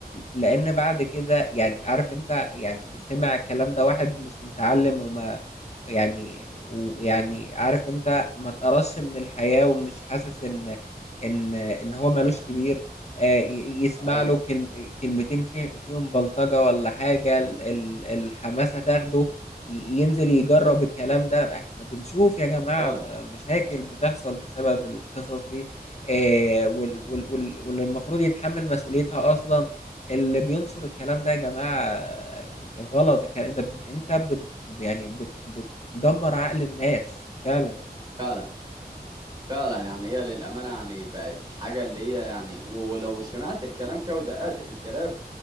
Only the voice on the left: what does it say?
لان بعد كده يعني عارف انت يعني سمع الكلام ده واحد مش متعلم وما يعني ويعني عارف انت ما تقرصش من الحياة ومش حاسس ان ان ان هو مالوش كبير آه، ي- يسمع
له كلم- كلمتين في- فيهم بلطجة ولا حاجة ال- ال- الحماسة تاخده ي- ينزل يجرب الكلام ده احنا بنشوف يا جماعة
م- مشاكل بتحصل بسبب القصص دي آه، وال- وال- وال- واللي المفروض يتحمل مسؤوليتها أصلا اللي بينصر الكلام ده يا جماعة آه، غلط الكلام انت ب- انت بت يعني بت- بتدمر عقل الناس فعلا